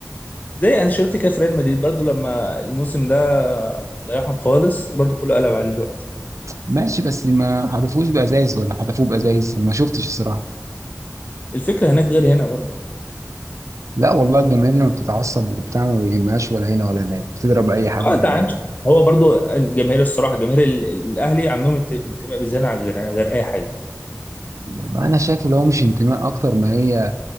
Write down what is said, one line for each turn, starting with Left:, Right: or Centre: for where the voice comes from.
Left: زي انشيلوتي كده في ريال مدريد برضو لما الموسم ده ضيعهم خالص برضو كله قلب عليه الوقت
Right: ماشي بس ما حدفوش بأزايز ولا حدفوه بأزايز أنا ما شفتش الصراحة
Left: الفكره هناك غير هنا برضو
Right: لا والله الجماهير لما بتتعصب وبتاع ما بيهمهاش ولا هنا ولا هناك بتضرب أي حد
Left: اه انت عارف هو برضو الجماهير الصراحه جماهير ال- الاهلي عندهم انت- انتماء بالزياده عن غير غير اي حاجه
Right: والله انا شايف اللي هو مش انتماء اكتر ما هي